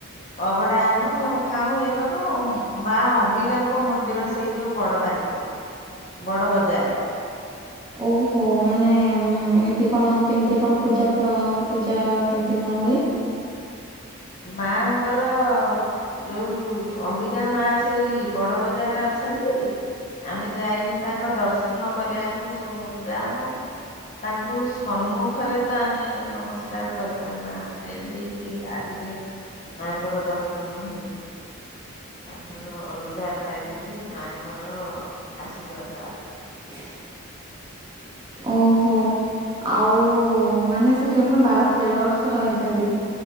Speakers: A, on the left; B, on the right.
A: ଅଭଡା ଆଣୁ ଖାଉଁ ଇଏ କରୁ ମା ଅମ୍ବିକାଙ୍କ ମନ୍ଦିର ସେ ସେଇ ଯୋଉ ବଡଦାଣ୍ଡରେ ବଡ ବଜାରେ।
B: ଓହୋ ମାନେ ସେଠି କଣ କେମିତି କଣ ପୂଜା ପୂଜା କେମିତି କଣ ହୁଏ?
A: ମା ଙ୍କର ଯୋଉ ଅମ୍ବିକା ମା ସେଇ ବଡ ବଜାରେ ଅଛନ୍ତି? ଆମେ ଯାଇକି ତାଙ୍କ ଦର୍ଶନ କରିଆକୁ ଯାଉଁ। ତାଙ୍କୁ ସମ୍ମୁଖରେ ତ ଆମେ ନମସ୍କାର କରିପାରୁ ନା ଦେଢେଇକି ଆଡେ କି ମା ଙ୍କର ଦର୍ଶନ ହୁଏ। ତାଙ୍କର ଅଲଗା ଟାଇପ୍ ରେ ମା ଙ୍କର ଆଶୀର୍ବାଦ ଆସେ।
B: ହ <unintelligible> ଓହୋ ଆଉ ମାନେ ସେଠି ଆପଣ ବାର ତେର ବର୍ଷ ରହିଚନ୍ତି।